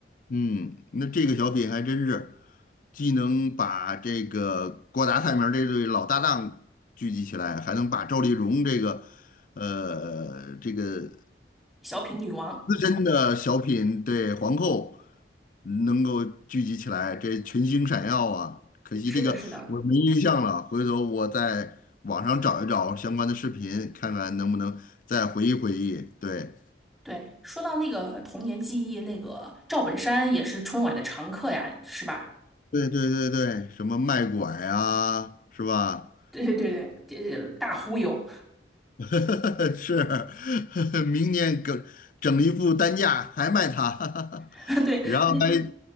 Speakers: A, on the left (about 45°); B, in the centre.
A: 嗯，那这个小品还真是既能把这个郭达、蔡明儿这对老搭档聚集起来，还能把赵丽蓉这个呃这个
B: 小品女王，
A: 资深的小品对皇后能够聚集起来，这群星闪耀啊！可惜这个我没印象了，
B: 是的，是的。
A: 回头我在网上找一找相关的视频，看看能不能再回忆回忆。对，
B: 对，说到那个童年记忆，那个赵本山也是春晚的常客呀，是吧？
A: 对对对对，什么卖拐啊，是吧？
B: <laughs> 对对对对，这呃大忽悠，
A: <laughs> 是，<laughs> 明年整整一副担架还卖它，<laughs>
B: <laughs> 对，
A: 然后还
B: 我这